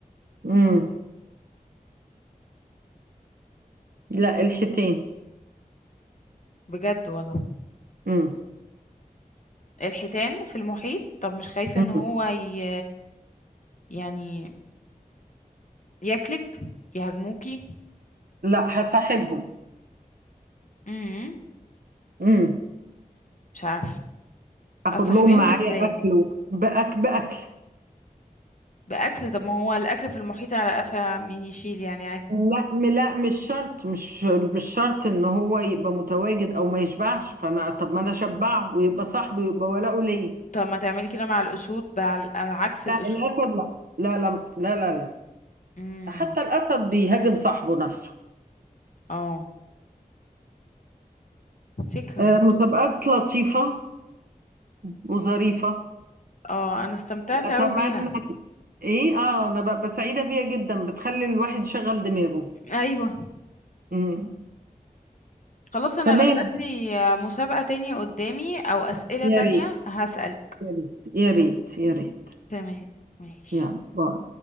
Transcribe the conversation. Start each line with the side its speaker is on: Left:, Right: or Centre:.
Right: امم لا الحيتين
Left: بجد والله
Right: امم
Left: الحيتان في المحيط طب مش خايفة
Right: امم
Left: ان هو ي... يعني ياكلك يهاجموكي
Right: لا هصاحبهم
Left: امم
Right: امم
Left: مش عارفة
Right: اخد
Left: هتصاحبيهم
Right: لهم معايا
Left: ازاي
Right: اكل وبأك باكل باكل.
Left: بأكل طب ما هو الأكل في المحيط على قفا مين يشيل يعني عادي
Right: لا م- لا مش شرط مش مش شرط ان هو يبقى متواجد او ما يشبعش فانا طب ما انا اشبعه ويبقى صاحبي ويبقى ولاؤه ليا
Left: طب ما تعملي كده مع الأسود بقى على على عكس الأسود
Right: لا الاسد لا لا لا لا لا لا
Left: امم
Right: لا. حتى الاسد بيهاجم صاحبه نفسه
Left: اه فكرة
Right: آه،
Left: برضه
Right: مسابقات لطيفة وظريفة
Left: اه انا استمتعت
Right: اتمنى
Left: قوي بيها
Right: ايه اه انا ببقى سعيدة بيها جدا بتخلي الواحد يشغل دماغه
Left: ايوه
Right: امم
Left: خلاص انا
Right: تمام
Left: لو جاتلي مسابقة تاني قدامي او اسئلة
Right: يا
Left: تانية
Right: ريت
Left: هسألك
Right: يا ريت يا ريت يا ريت
Left: تمام ماشي
Right: يلا باي